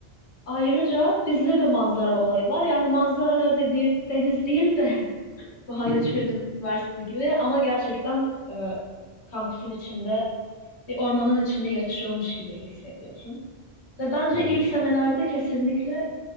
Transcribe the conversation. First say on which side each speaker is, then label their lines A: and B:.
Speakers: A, on the left (about 80°); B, on the left (about 60°).
A: Ayrıca bizde de manzara olayı var. Yani manzara dediğim deniz değil de <laughs> Boğaziçi
B: <laughs>
A: Üniversitesi gibi ama gerçekten e, kampüsün içinde bir ormanın içinde yaşıyormuş gibi hissediyorsun. Ve bence
B: Hı hı.
A: ilk senelerde kesinlikle